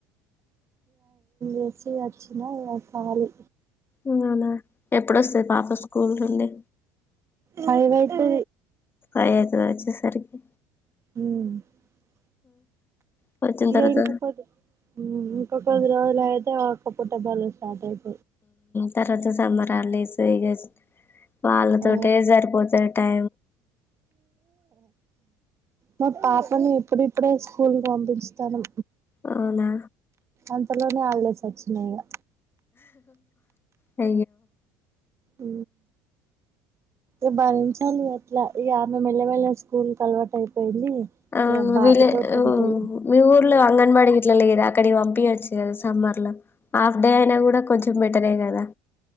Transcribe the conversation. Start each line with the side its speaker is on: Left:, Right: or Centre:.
Right: ఏచ్చచ్చిన కాాలి
Left: అవునా ఎప్పుడొస్తది పాప స్కూల్ నుండి
Right: కైవైతే
Left: టై అవుతు వచ్చే సరికి
Right: హవు
Left: ఆ వచ్చిన
Right: ఇక
Left: తర్వాత
Right: ఇంకొ కొద్ది ఇంకొ కొద్ది రోజు అయితే ఒక్క పుట్ట బాల్ సాట్ అయితే
Left: తర్వాత సమ్మరాాల స ఇ వాళ్ళతో
Right: ఆ
Left: సరిపోతా దా
Right: మా పాసని ఎప్పుడి అప్పుడే స్కూల్ పంపతాను
Left: అవునా
Right: అంతలోనే ఆడలేసి వచ్చినయగా
Left: అ
Right: ఆ ఇ భరించాలి అట్లా ఈ ఆమె మెల్లమెెల్ల స్కూల్ క అలవాటు అయిపోయింది
Left: ఆ
Right: ఇగ బాబుతోటి
Left: వీళ్
Right: ఉంటది
Left: మీ ఊర్ల అంగన్వాడి వీట్లలా ఏదా అక్కడికి పంపయచ్చు కదా సమ్మర్ లో హాఫ్ డే అయినా కూడా కొంచెం బెటరే కదా